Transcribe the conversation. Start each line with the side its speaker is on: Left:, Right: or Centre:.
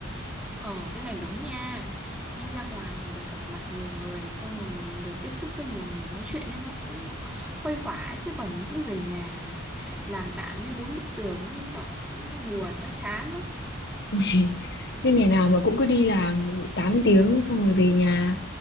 Centre: Ờ cái này đúng nha Đi ra ngoài được gặp mặt nhiều người Xong rồi được tiếp xúc với nhiều người nói chuyện ấy, Nó cũng khuây khỏa ấy. Chứ còn cứ về nhà Làm bạn với bốn bức tường ấy Nó, nó buồn, nó chán lắm
Left: <laughs> nhưng ngày nào mà cũng cứ đi làm 8 tiếng xong rồi về nhà